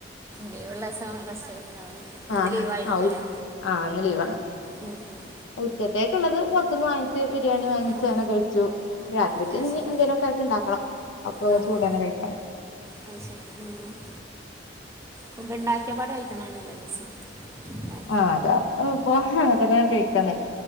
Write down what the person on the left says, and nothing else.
ആഹ്
ആഹ്
ആഹ് ഇന്ന് ലീവാണ്.
ഉച്ചത്തേക്ക്ള്ളത് പൊറ്ത്ത്ന്ന് വാങ്ങിച്ച് ബിരിയാണി വാങ്ങിച്ച്
അങ്ങനെ കഴിച്ചു. രാത്രിക്ക്
ഇനി
എന്തേലുക്കെ ആയിട്ട് ണ്ടാക്കണം അപ്പൊ
ചൂട്
തന്നെ കഴിക്കാ.
ആഹ് അതാ ഇപ്പൊ അങ്ങൻത്തന്നെ കഴിക്കാൻ